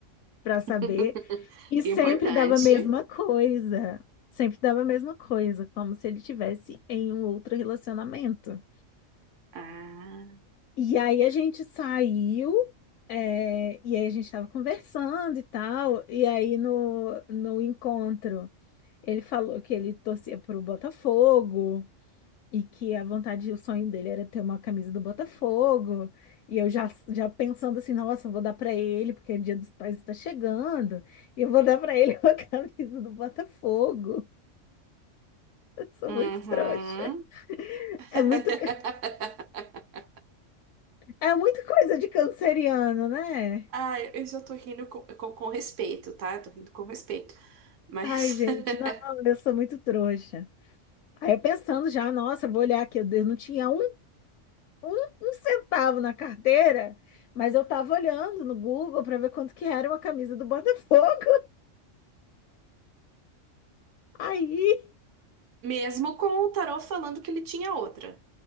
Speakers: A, on the left (about 75°); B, on the right (about 75°).
A: Pra saber.
B: <laughs>
A: E sempre
B: Importante.
A: dava a mesma coisa. Sempre dava a mesma coisa, como se ele tivesse em um outro relacionamento.
B: Ah,
A: E aí a gente saiu, é, e aí a gente tava conversando e tal. E aí no, no encontro, ele falou que ele torcia pro Botafogo. E que a vontade, o sonho dele era ter uma camisa do Botafogo. E eu já, já pensando assim, nossa, eu vou dar para ele, porque o Dia dos Pais está chegando. E eu vou dar para ele <laughs> uma camisa do Botafogo. Eu sou
B: uhum.
A: muito trouxa.
B: <laughs>
A: É muito, é muito coisa de canceriano, né?
B: Ah, eu já tô rindo com, com, com respeito, tá? Eu tô rindo com respeito. Mas,
A: Ai, gente,
B: <laughs>
A: não, eu sou muito trouxa. Aí eu pensando já, nossa, eu vou olhar aqui, eu eu não tinha um, um, um centavo na carteira, mas eu tava olhando no Google para ver quanto que era uma camisa do Botafogo. Aí,
B: mesmo com o tarô falando que ele tinha outra.